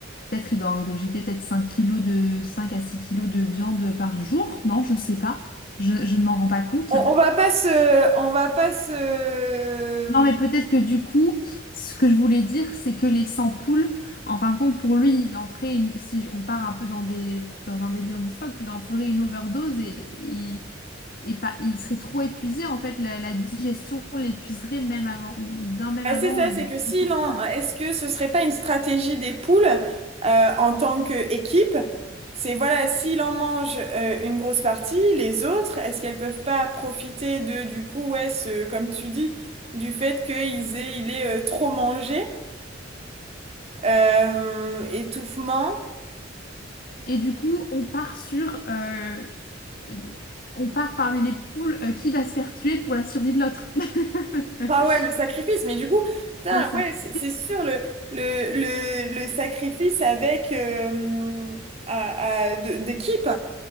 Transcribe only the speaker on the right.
On, on va pas se, on va pas se.
Ah,
c'est ça,
c'est
que s'il
en,
est-ce que ce serait pas une stratégie des poules euh, en tant qu'équipe? C'est voilà, s'il en mange euh, une grosse partie, les autres, est-ce qu'elles peuvent pas profiter de du coup, ouais, ce, comme tu dis, du fait qu'ils aient, il est euh, trop mangé, euh, étouffement.
Ah ouais, le sacrifice, mais du coup, putain,
ouais, c'est c'est sûr, le, le, le, le sacrifice avec euh, à- à- de- d'équipe,